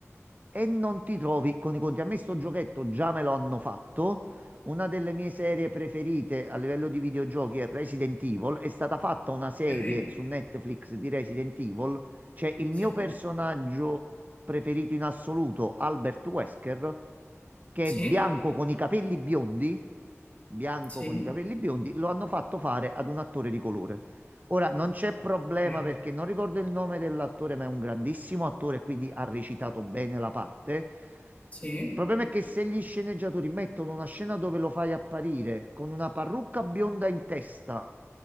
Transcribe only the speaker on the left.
ok,
sì,
sì,
sì,
beh,
sì.